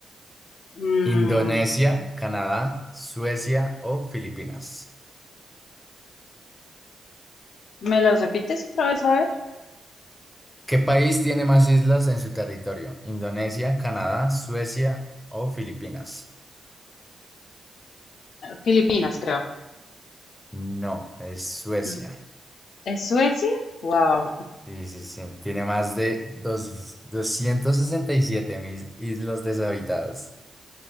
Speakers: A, on the left (about 70°); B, in the centre.
A: Mm,
B: Indonesia, Canadá, Suecia o Filipinas.
A: ¿me las repites otra vez? A ver.
B: ¿Qué país tiene más islas en su territorio? ¿Indonesia, Canadá, Suecia o Filipinas?
A: Filipinas, creo.
B: No, es Suecia.
A: Mm. ¿Es Suecia? Wow.
B: Sí, sí, sí. Tiene más de dos, 267 mil islas deshabitadas. <laughs>